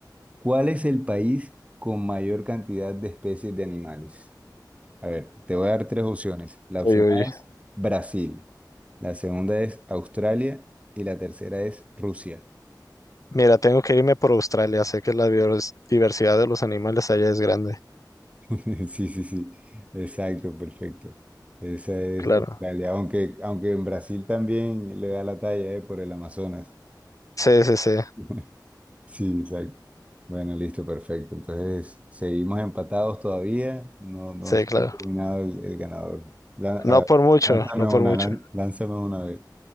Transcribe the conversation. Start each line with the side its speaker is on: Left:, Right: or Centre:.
Right: ¿Cuál es el país con mayor cantidad de especies de animales? A ver, te voy a dar tres opciones. La
Left: Uy,
Right: opción
Left: uy.
Right: A es Brasil, la segunda es Australia y la tercera es Rusia.
Left: Mira, tengo que irme por Australia. Sé que la biodiversidad de los animales allá es grande.
Right: <laughs> Sí, sí, sí. Exacto, perfecto. Esa es
Left: Claro.
Right: Australia, aunque, aunque en Brasil también le da la talla, eh, por el Amazonas.
Left: Sí, sí, sí.
Right: <laughs> Sí, exacto. Bueno, listo, perfecto. Entonces, seguimos empatados todavía. No, no
Left: Sí,
Right: se
Left: claro.
Right: ha determinado el, el ganador. Lan-
Left: No
Right: ah,
Left: por mucho,
Right: lánzame
Left: no por
Right: una,
Left: mucho.
Right: lan- lánzame una vez.